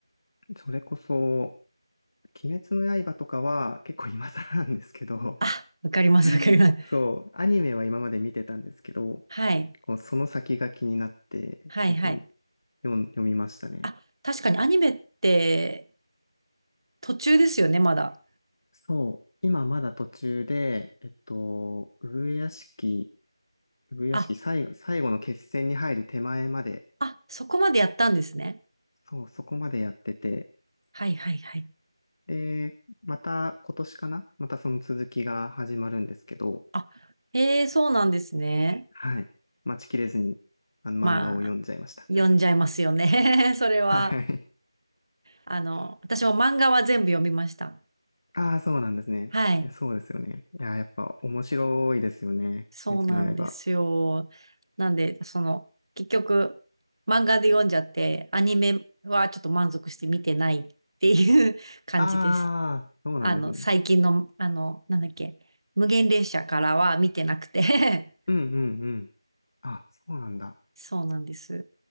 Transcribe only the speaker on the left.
それこそ、鬼滅の刃とかは結構今更なんですけど、
<laughs> そう、アニメは今まで見てたんですけど、
こうその先が気になって結構
読ん、読みましたね。
そう、今まだ途中で、えっと、上屋敷、上屋敷最後、
最後の決戦に入る手前まで、
そう、そこまでやってて、
で、また今年かなまたその続きが始まるんですけど、
はい。待ちきれずに、あの漫画を読んじゃいました。
<laughs> はい。
ああ、そうなんですね。
えそうですよね。いや、やっぱ面白いですよね。
鬼滅の刃。
ああ、そうなんですね。
うんうんうん。あ、そうなんだ。